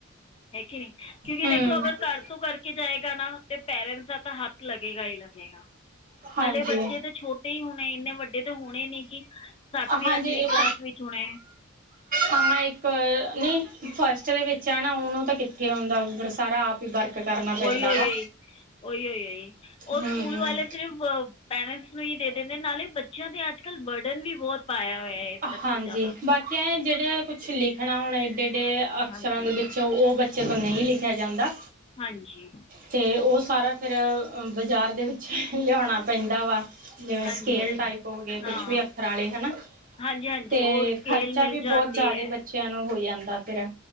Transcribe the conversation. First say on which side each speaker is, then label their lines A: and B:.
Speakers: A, on the left; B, on the right.
A: ਹੈ ਕਿ ਨ੍ਹੀਂ। ਕਿਉਂਕਿ
B: ਹੂੰ।
A: ਦੇਖੋ ਅਗਰ ਘਰ ਤੋ ਕਰਕੇ ਜਾਏਗਾ ਨਾ ਤੇ ਪੇਰੈਂਟਸ ਦਾ ਤਾਂ ਹੱਥ ਲੱਗੇਗਾ ਈ ਲੱਗੇਗਾ।
B: ਹਾਂਜੀ
A: ਹਲੇ ਬੱਚੇ ਤਾਂ ਛੋਟੇ ਈ ਹੁਣੇ ਇੰਨੇ ਵੱਡੇ ਤੇ ਹੁਣੇ ਨੀ ਕਿ ਸਾਤਵੀਂ
B: ਹਾਂਜੀ
A: ਆਠਵੀਂ
B: ਇੱਕ
A: ਕਲਾਸ ਵਿੱਚ ਹੁਣੇ।
B: ਹਾਂ ਇੱਕ ਨੀ ਫਸਟ ਦੇ ਵਿੱਚ ਆ ਨਾ ਉਹਨੂੰ ਤਾਂ ਕਿੱਥੇ ਆਉਂਦਾ ਸਾਰਾ ਆਪ ਵਰਕ ਕਰਨਾ।
A: ਉਹੀ
B: ਪੈਂਦਾ
A: ਓਈ
B: ਵਾ
A: ਉਈ, ਓਈ ਓਈ ਓਈ, ਉਹ
B: ਹਮ
A: ਸਕੂਲ ਵਾਲੇ ਸਿਰਫ ਪੇਰੈਂਟਸ ਨੂੰ ਹੀ ਦੇ ਦਿੰਦੇ ਨਾਲੇ ਬੱਚਿਆਂ ਤੇ ਅੱਜ-ਕੱਲ੍ਹ ਬਰਡਨ ਵੀ ਬਹੁਤ ਪਾਇਆ ਹੋਇਆ। ਇਹ ਸਭ
B: ਹਾਂਜੀ
A: ਚੀਜ਼ਾਂ ਦਾ
B: ਬਾਕੀ ਐ ਜਿਹੜੇ ਕੁਛ ਲਿਖਣਾ ਹੁਣ ਇਏਡੇ ਏਡੇ ਅਫਸਰਾਂ
A: ਹਾਂਜੀ
B: ਦੇ ਵਿ ਉਹ ਬੱਚੇ ਤੋਂ ਨਹੀਂ ਲਿਖਿਆ ਜਾਂਦਾ
A: ਹਾਂਜੀ
B: ਤੇ ਉਹ ਸਾਰਾ ਫੇਰ ਬਾਜ਼ਾਰ ਦੇ ਵਿੱਚ ਲਿਆਣਾ ਪੈਂਦਾ ਵਾ ਜਿਵੇਂ
A: ਹਾਂਜੀ
B: ਸਕੇਲ
A: ਹਾਂਜੀ
B: ਟਾਈਪ ਹੋ ਗਏ
A: ਹਾਂ
B: ਕੁਛ ਵੀ
A: ਹਾਂ
B: ਅੱਖਰਾਂ ਵਾਲੇ ਹੇਣਾ
A: ਹਾਂਜੀ ਹਾਂਜੀ
B: ਤੇ
A: ਉਹ ਸਕੇਲ
B: ਖ਼ਰਚਾ
A: ਮਿਲ
B: ਵੀ ਬਹੁਤ
A: ਜਾਂਦੀ
B: ਜ਼ਿਆਦਾ
A: ਹੈ
B: ਬੱਚਿਆਂ ਨੂੰ ਹੋ ਜਾਂਦਾ ਫਿਰ